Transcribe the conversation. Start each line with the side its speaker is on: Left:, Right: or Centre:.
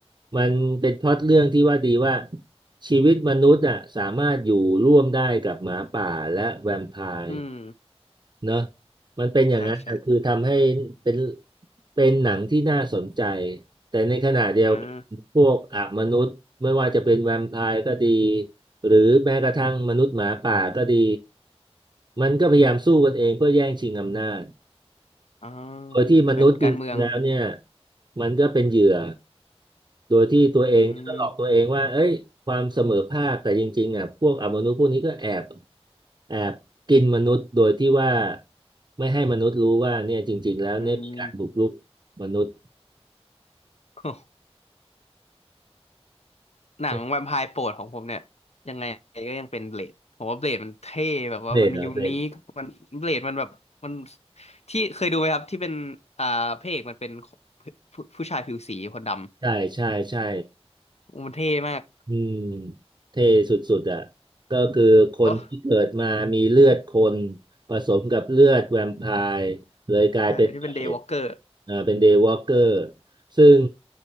Right: มันเป็นพล็อตเรื่องที่ว่าดีว่าชีวิตมนุษย์อ่ะสามารถอยู่ร่วมได้กับหมาป่าและแวมไพร์
Left: อืม
Right: เนอะมันเป็นอย่างนั้นอะคือทำให้เป็น
Left: ใช่ใช่
Right: เป็นหนังที่น่าสนใจแต่ในขณะเดียวกันพวกอามนุษย์ไม่ว่าจะเป็นแวมไพร์ก็ดี
Left: อ่า
Right: หรือแม้กระทั่งมนุษย์หมาป่าก็ดีมันก็พยายามสู้กันเองเพื่อแย่งชิงอำนาจ
Left: อ๋อ
Right: โดยที่มนุษย์จริงๆแล้วเนี่ย
Left: เป็นการเมือง
Right: มันก็เป็นเหยื่อ โดยที่ตัวเองก็หลอกตัวเองว่าเอ้ยความเสมอภาค
Left: อืม
Right: แต่จริงๆอ่ะพวกอมนุษย์พวกนี้ก็แอบแอบกินมนุษย์โดยที่ว่าไม่ให้มนุษย์รู้ว่าเนี่ยจริงๆ แล้วเนี่ยมีการบุกรุกมนุษย์
Left: อืม <laughs> โอ้หนังแวมไพร์โปรดของผมเนี่ยยังไงก็ยังเป็นเบลดผมว่าเบลดมันเท่แบบว่ามันยูนิคมันเบลดมันแบบมัน
Right: เนี่ยเหรอเป็น
Left: ที่เคยดูไหมครับที่เป็นอ่าพระเอกมันเป็นผู้ผู้ชายผิวสีคนด
Right: ใช่ใช่ใช่
Left: ำมันเท่มาก
Right: อืมเท่สุดๆอ่ะก็คือคนที่เกิดมามีเลือดคน
Left: แล้ว
Right: ผสมกับเลือดแวมไพร์เลยกลายเป็นเปรต
Left: ใช่ที่เป็นเดย์วอล์กเกอร์
Right: เอ่อเป็นเดย์วอล์กเกอร์ซึ่ง